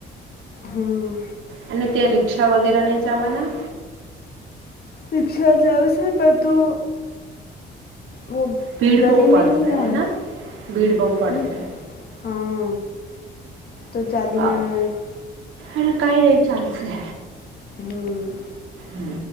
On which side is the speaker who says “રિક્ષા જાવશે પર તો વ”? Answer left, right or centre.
Left